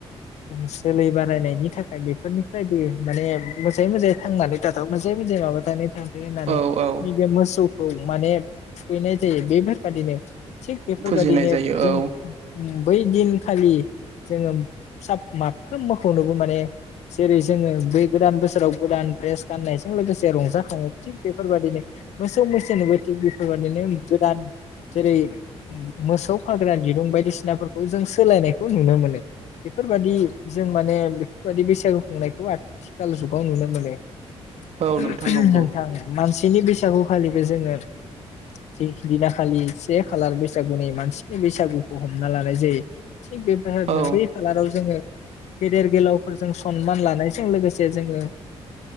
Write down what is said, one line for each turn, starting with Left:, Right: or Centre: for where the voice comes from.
Left: ओ जोलै बारायनायनि थाखाय बेफोरनिफ्रायबो माने मोजाङै मोजाङै थांनानै थाथों मोजाङै मोजाङै माबानानै थाथो होननानै
Right: औ औ
Left: नैबे मोसौखौ माने थुखैनाय जायो बेफोरबादिनो थिग बेफोरबायदिनो
Right: फुजिनाय जायो
Left: जों
Right: औ
Left: उम बै दिनखालि जोङो फिसा माफ्रोम मोखौनोबो माने जेरै जोङो बे गोदान बोसोराव गोदान ड्रेस गाननायजों लोगोसे रंजाखाङो थिग बेफोरबायदिनो मोसौ मोसोनोबो थिग बेफो बेफोरबादिनो गोदान जेरै मोसौ खाग्रा दिरुं बायदिसिनाफोरखौ जों सोलायनायखौ नुनो मोनो बेफोरबादि जों माने बेफोरबायदि बैसागु खुंनायखौ आथिखाल जुगाव नुनो मोनो।
Right: औ
Left: <unintelligible>
Right: नोंथां नंगौ
Left: नोंथां मानसिनि बैसा गुखालिबो जोङो जि दिनाखालि से खालार बैसागुनि मानसिनि बैसागुखौ हमना लानाय जायो। थिग बेफोरबादिनो
Right: औ
Left: बै खालाराव जोङो गेदेर गोलावफोरजों सनमान लानायजों लोगोसे जोङो